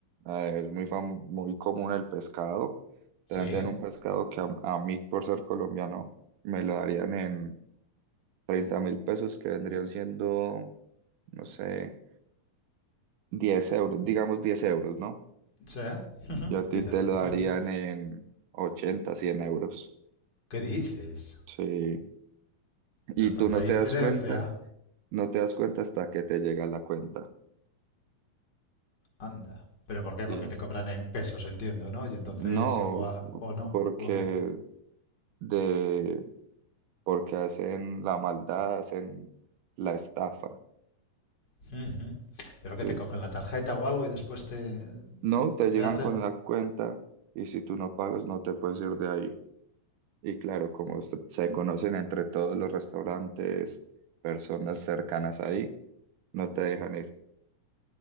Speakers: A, on the right; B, on the left.
A: eh, es muy famo- muy común el pescado,
B: Sí,
A: te venden
B: ¿eh?
A: un pescado que a, a mí por ser colombiano me lo darían en treinta mil pesos, que vendrían siendo, no sé, 10 euros, digamos 10 euros, ¿no?
B: sí. <laughs> Ujú,
A: Y a ti
B: 10
A: te
B: euros.
A: lo darían
B: <laughs>
A: en 80 100 euros.
B: ¿Qué dices?
A: Sí. Y
B: Pero tanta
A: tú no
B: diferencia.
A: te das cuenta, no te das cuenta hasta que te llega la cuenta.
B: Anda. ¿Pero por qué?
A: Sí.
B: Porque te cobran en pesos, entiendo, ¿no? Y entonces
A: No,
B: igual... ¿O no?
A: porque
B: ¿O por qué?
A: de porque hacen la maldad, hacen la estafa,
B: <laughs> ¿Pero
A: sí.
B: que te cogen la tarjeta o algo y después te...
A: No, te llegan
B: te hace...
A: con la cuenta y si tú no pagas no te puedes ir de ahí. Y claro, como se se conocen entre todos los restaurantes, personas cercanas ahí, no te dejan ir.